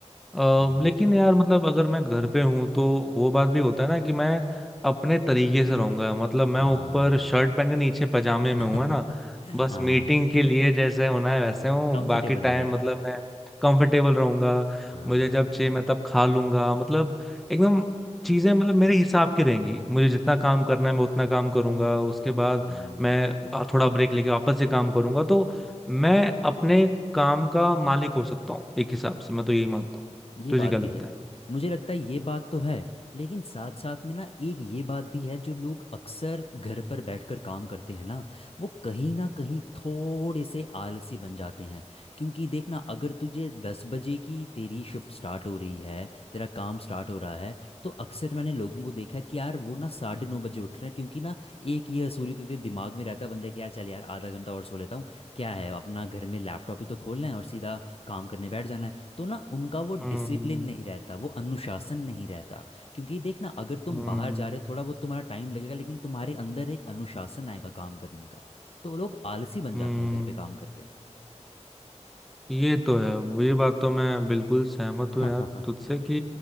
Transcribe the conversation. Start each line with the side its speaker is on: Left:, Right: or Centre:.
Centre: अ,
Left: हम्म,
Centre: लेकिन यार मतलब अगर मैं घर पे हूं तो वो बात भी होता है ना कि मैं अपने तरीके से रहूंगा मतलब मैं
Left: हाँ
Centre: ऊपर शर्ट पहन के नीचे पजामे में
Left: <laughs>
Centre: हूं है ना बस
Left: हाँ
Centre: मीटिंग के लिए जैसे होना है वैसे हूँ
Left: कंफर्टेबल
Centre: बाकी टाइम
Left: रहेगा
Centre: मतलब मैं कंफर्टेबल रहूंगा
Left: हाँ
Centre: मुझे जब चाहिए मैं तब खा लूंगा मतलब एकदम चीजें मतलब मेरे हिसाब की रहेंगी मुझे जितना काम करना है मैं उतना काम करूंगा उसके बाद
Left: हम्म
Centre: मैं थोड़ा ब्रेक लेके वापस से काम करूंगा तो मैं अपने काम का मालिक हो सकता हूँ एक हिसाब से मैं तो यही मानता हूँ
Left: ये
Centre: तुझे
Left: बात
Centre: क्या लगता
Left: भी है
Centre: है
Left: मुझे लगता है ये बात तो है लेकिन साथ साथ में ना एक ये बात भी है जो लोग अक्सर घर पर बैठकर काम करते हैं ना वो कहीं ना कहीं थोड़े से आलसी बन जाते हैं क्योंकि देखना अगर तुझे दस बजे की तेरी शिफ्ट स्टार्ट हो रही है तेरा काम स्टार्ट हो रहा है तो अक्सर मैंने लोगों को देखा है कि यार वो ना साढ़े नौ बजे उठ रहे हैं क्योंकि ना एक ये हसूली तो तेरे दिमाग में रहता है बंदे कि यार चल यार आधा घंटा और सो लेता हूँ क्या है अपना घर में लैपटॉप ही तो खोलना है और सीधा काम करने बैठ जाना है तो ना उनका वो
Centre: हम्म
Left: डिसिप्लिन नहीं रहता वो अनुशासन नहीं रहता क्योंकि देख ना अगर तुम
Centre: हम्म
Left: बाहर जा रहे हो थोड़ा बहुत तुम्हारा टाइम लगेगा लेकिन तुम्हारे अंदर एक अनुशासन आएगा काम करने का तो वो लोग आलसी बन
Centre: हम्म।
Left: जाते हैं घर पे काम करके
Centre: ये तो है ये बात तो मैं बिल्कुल सहमत
Left: <laughs>
Centre: हूँ यार
Left: हाँ हाँ
Centre: तुझसे कि